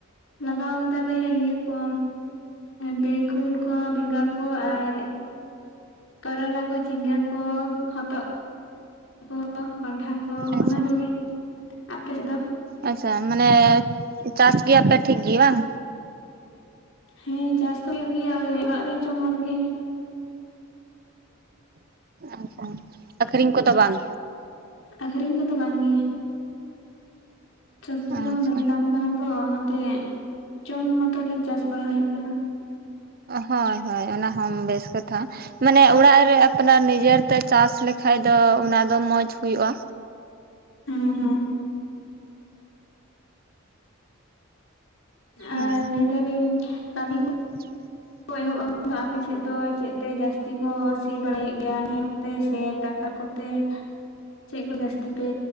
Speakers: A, on the left (about 70°); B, on the right (about 45°).
A: ᱞᱟᱜᱟᱣ ᱠᱟᱫᱟᱞᱮ ᱤᱭᱟᱹ ᱠᱚ ᱵᱮᱜᱩᱱ ᱠᱚ ᱵᱮᱸᱜᱟᱲ ᱠᱚ ᱟᱨ ᱠᱚᱨᱚᱞᱟ ᱠᱚ ᱡᱷᱤᱸᱜᱟ ᱠᱚ ᱦᱚᱛᱚᱜ ᱠᱚ ᱠᱚᱱᱸᱰᱷᱟ ᱠᱚ
B: ᱟᱪᱪᱷᱟ
A: ᱚᱱᱟ ᱠᱚᱜᱮ ᱟᱯᱮ ᱥᱮᱫ ᱫᱚ?
B: ᱟᱪᱪᱷᱟ ᱢᱟᱱᱮ ᱪᱟᱥ ᱜᱮᱭᱟᱯᱮ ᱴᱷᱤᱠ ᱜᱤ ᱵᱟᱝ?
A: ᱦᱮᱸ ᱪᱟᱥ ᱫᱚ ᱦᱩᱭᱩᱜ ᱜᱮᱭᱟ ᱳᱭ ᱚᱲᱟᱜ ᱨᱮ ᱡᱚᱢ <unintelligible>
B: ᱟᱪᱪᱷᱟ ᱟᱠᱷᱨᱤᱧ ᱠᱚᱫᱚ ᱵᱟᱝ?
A: ᱟᱠᱷᱨᱤᱧ ᱠᱚᱫᱚ ᱵᱟᱝᱜᱮ ᱾ ᱥᱚᱵᱽᱡᱤ
B: ᱟᱪᱪᱷᱟ
A: ᱦᱚᱸ ᱫᱚᱢᱮ ᱫᱟᱢ ᱠᱟᱱᱟ ᱛᱚ ᱚᱱᱟᱛᱮ ᱡᱚᱢ ᱢᱚᱛᱚ ᱜᱮ ᱪᱟᱥ ᱵᱟᱲᱟ ᱦᱩᱭᱩᱜ ᱠᱟᱱᱟ ᱾
B: ᱦᱳᱭ ᱦᱳᱭ ᱚᱱᱟ ᱦᱚᱸ ᱵᱮᱥ ᱠᱟᱛ ᱢᱟᱱᱮ ᱚᱲᱟᱜ ᱨᱮ ᱟᱯᱱᱟᱨ ᱱᱤᱡᱮᱨ ᱛᱮ ᱪᱟᱥ ᱞᱮᱠᱷᱟᱱ ᱫᱚ ᱚᱱᱟ ᱫᱚ ᱢᱚᱸᱡᱽ ᱦᱳᱭᱳᱜᱼᱟ᱾
A: ᱦᱮᱸ ᱦᱮᱸ ᱾ ᱟᱨ
B: ᱦᱳᱭ
A: ᱞᱟᱹᱭ ᱫᱟᱞᱤᱧ ᱠᱟᱹᱢᱤ
B: <unintelligible>
A: ᱠᱚ ᱮᱦᱚᱵ ᱟᱠᱟᱱ ᱫᱚ ᱟᱯᱮ ᱥᱮᱫ ᱫᱚ ᱪᱮᱫ ᱛᱮ ᱡᱟᱹᱥᱛᱤ ᱠᱚ ᱥᱤ ᱵᱟᱲᱟᱭᱮᱫ ᱜᱮᱭᱟ ᱱᱟᱦᱮᱞᱛᱮ ᱥᱮ ᱴᱟᱠᱴᱟᱨ ᱠᱚᱛᱮ? ᱛᱮ ᱪᱮᱫ ᱠᱚ ᱡᱟᱹᱥᱛᱤ ᱯᱮ